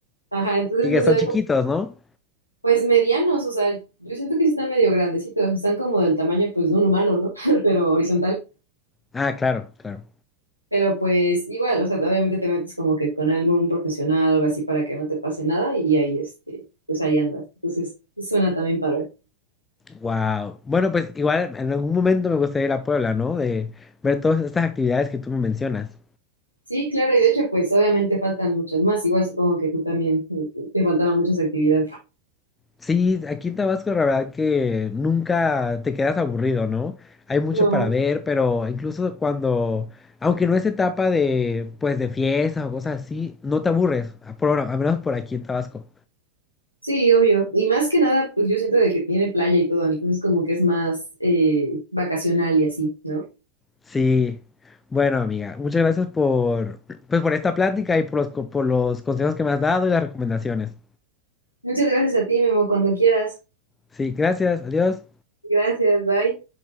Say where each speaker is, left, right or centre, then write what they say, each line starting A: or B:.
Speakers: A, on the left (about 80°); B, on the left (about 15°).
A: Ajá, entonces
B: Y
A: no
B: que son
A: se ve
B: chiquitos,
A: como,
B: ¿no?
A: pues medianos, o sea, yo siento que sí están medio grandecitos, están como del tamaño pues de un humano, ¿no? <laughs> Pero horizontal,
B: Ah, claro, claro.
A: pero pues igual, o sea, obviamente te metes como que con algún profesional o algo así para que no te pase nada y ahí este, pues ahí andas. Entonces, sí suena también padre.
B: Wow. Bueno, pues igual en algún momento me gustaría ir a Puebla, ¿no? De ver todas estas actividades que tú me mencionas.
A: Sí, claro, y de hecho pues obviamente faltan muchas más, igual supongo que tú también eh, te faltaban muchas actividades.
B: Sí, aquí en Tabasco la verdad que nunca te quedas aburrido, ¿no? Hay mucho
A: No,
B: para ver, pero incluso cuando, aunque no es etapa de, pues, de fiestas o cosas así, no te aburres, a- por, ahora, al menos por aquí en Tabasco.
A: sí, obvio. Y más que nada, pues yo siento de que tiene playa y todo, entonces como que es más eh, vacacional y así, ¿no?
B: Sí. Bueno, amiga, muchas gracias por, pues, por esta plática y por los, co- por los consejos que me has dado y las recomendaciones.
A: Muchas gracias a ti, Memo, cuando quieras.
B: Sí, gracias, adiós.
A: Gracias, bye.